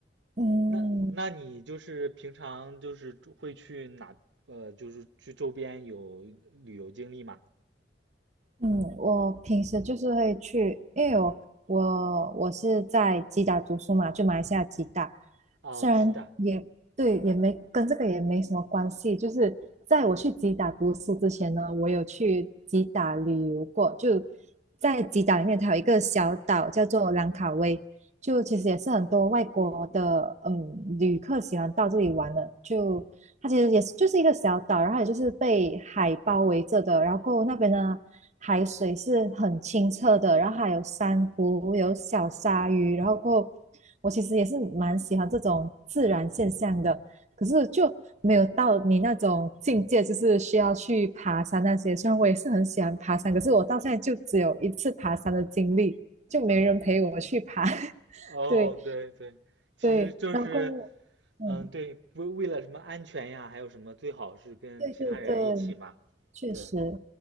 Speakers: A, on the right (about 40°); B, on the right (about 85°).
A: 嗯，
B: 那那你就是平常就是会去哪？呃，就是去周边有旅游经历吗？
A: 嗯，我平时就是会去，因为我我我是在吉打读书嘛，就马来西亚吉打，
B: 哦，
A: 虽然也对，
B: 鸡蛋。
A: 也没跟这个也没什么关系，就是在我去吉打读书之前呢，我有去吉打旅游过，就在吉打里面，它有一个小岛叫做兰卡威，就其实也是很多外国的嗯旅客喜欢到这里玩的，就它其实也是就是一个小岛，然后也就是被海包围着的，然后那边呢，海水是很清澈的，然后还有珊瑚，有小鲨鱼，然后过后我其实也是蛮喜欢这种自然现象的，可是就没有到你那种境界，就是需要去爬山那些。虽然我也是很喜欢爬山，可是我到现在就只有一次爬山的经历，就没人陪我去爬。
B: <laughs>
A: <laughs>
B: 哦，
A: 对
B: 对对，其实就是，
A: 对，然后嗯，
B: 嗯，对，为为了什么安全呀，还有什么最好是跟其他人一起嘛，
A: 对对对。确实，
B: 对，